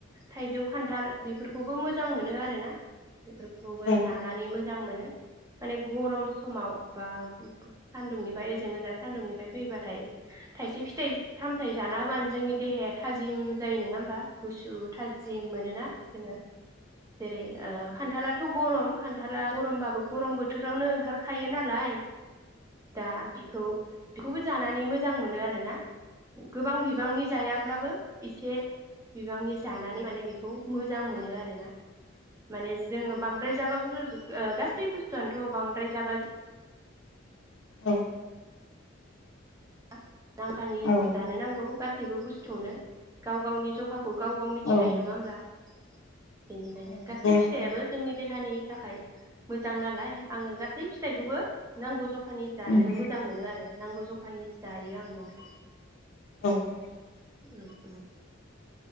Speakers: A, on the right; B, on the left.
A: थाइजौ खान्थाल बेफोरखौबो मोजां मोनो आरोना बेफोरखौबो
B: औ
A: जानांगौ मोजां मोनो माने गरम समाव बा सान्दुंनिफ्राय ओजों ओजा सान्दुंनिफ्राय फैबाथाय थाइसे फिथाइ सामथाइ जाना अब्लानो जोंनि देहाया थाजिम जायो नङा होमबा गुसु थाजिम मोनोना जोङो जेरै ओ खान्थाला थ' गरम खान्थाला गरमबाबो गरम बोथोरावनो ओंखारखायो नालाय दा बि खौ बेखौबो जानानै मोजां मोनो आरो ना गोबां बिबांनि जाया अब्लाबो इसे बिबांनि जानानै माने बेखौ मोजां मोनो आरो ना माने जोङो बां राय जाबा बुजा जोबगो ओ गासै बुस्थुआनोथ' बांद्राय जाबा
B: औ
A: <unintelligible> नांखानि
B: औ
A: जानो नांगौ गा सैबो बुस्थुआवनो गाव गावनि जखा खौ गाव गाव मिथिखायो
B: औ
A: नङा होमब्ला? बेनिखायनो
B: औ
A: गासै
B: नंगौ नोंथां
A: फिथाइयाबो जोंनि देहानि थाखाय मोजां नालाय आङो गासै फिथाइखौबो नांगौ ज खानि जानो
B: उम
A: मोजां मोनो आरो नांगौ जखानि जायो आं नोंथां
B: औ औ औ
A: उम उम